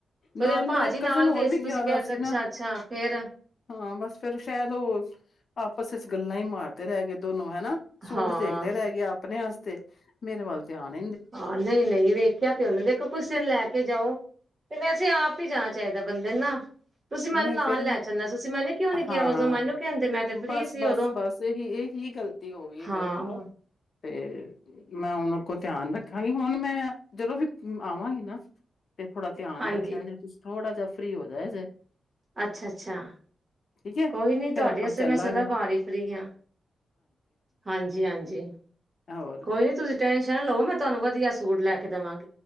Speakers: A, on the left; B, on the right.
A: ਨਾਲ
B: ਉਹ ਜਿਹੜੇ ਭਾਜੀ
A: ਮੇਰਾ ਇੱਕ
B: ਨਾਲ
A: ਕਜ਼ਨ ਹੋਰ
B: ਗਏ ਸੀ
A: ਵੀ
B: ਤੁਸੀਂ
A: ਗਿਆ
B: ਕਹਿ
A: ਦਾ
B: ਰਹੇ
A: ਸੀ
B: ਅੱਛਾ
A: ਨਾ।
B: ਅੱਛਾ ਫੇਰ
A: ਹਾਂ, ਬਸ ਫੇਰ ਸ਼ਾਇਦ ਉਹ ਆਪਸ ਚ ਗੱਲਾਂ ਹੀ ਮਾਰ ਰ ਹੈ ਗ ਦੋਨੋ ਹਨਾ ਸੂਟ
B: ਹਾਂ
A: ਦੇਖਦੇ ਰਹਿ ਗਏ ਆਪਣੇ ਵਾਸਤੇ ਮੇਰੇ ਵੱਲ ਧਿਆਣ
B: ਹਾਂ ਨਹੀਂ ਨਹੀਂ ਵੇਖਿਆ ਤੇ ਉਹਨੇ ਦੇਖੋ ਕੁਛ ਦਿਨ ਲੈ ਕੇ ਜਾਓ ਤੇ ਵੈਸੇ ਆਪ ਵੀ ਜਾਣਾ ਚਾਹੀਦਾ ਬੰਦੇ ਨਾ ਤੁਸੀਂ ਮੈਨੂੰ
A: ਨਹੀਂ
B: ਨਾਲ
A: ਫੇਿਰ ਵੀ
B: ਲੈ ਚੱਲਣਾ ਤੁਸੀਂ ਮੈਨੂੰ ਕਿਉਂ ਨੀ ਕਿਹਾ
A: ਹਾਂ
B: ਉਦੋਂ ਮੈਨੂੰ ਕਹਿੰਦੇ ਮੈਂ ਤੇ ਫ੍ਰਰੀ
A: ਬਸ
B: ਸੀ
A: ਬਸ
B: ਉਦੋਂ
A: ਬਸ ਇਹੀ ਇਹੀ ਗ਼ਲਤੀ ਹੋ ਗਈ ਹੈ
B: ਹਾਂ
A: ਮੇਰੇ ਕੋਲੋਂ ਤੇ ਮੈਂ ਹੁਣ ਅ ਧਿਆਨ ਰੱਖਾਂਗੀ ਹੁਣ ਮੈਂ ਜਦੋਂ ਵੀ ਆਵਾਂਗੀ ਨਾ ਤੇ ਥੋੜਾ ਧਿਆਨੱਖਿਆ
B: ਹਾਂਜੀ
A: ਜਾ ਤੁਸੀ ਥੋੜਾ ਜਹਾ ਫ੍ਰਰੀ ਹੋਦਾੇ <unintelligible>
B: ਅੱਛਾ ਅੱਛਾ
A: ਠੀਕ ਹੈ
B: ਕੋਈ ਨੀ
A: ਫੇਰ
B: ਤੁਹਾਡੇਸਤੇ
A: ਆਪਾਂ ਚੱਲਾਂਗੇ
B: ਮੈਂ ਸਦਾ ਬਾਰ ਹੀ ਫਰੀ ਹਾਂ ਹਾਂਜੀ ਹਾਂਜੀ
A: ਹੋਰ
B: ਕੋਈ ਨੀ ਤੁਸੀਂ ਟੈਨਸ਼ਨ ਨ ਲਓ ਮੈਂ ਤੁਹਾਨੂੰ ਵਧੀਆ ਸੂਟ ਲੈ ਕੇ ਦੇਵਾਂਗੇ।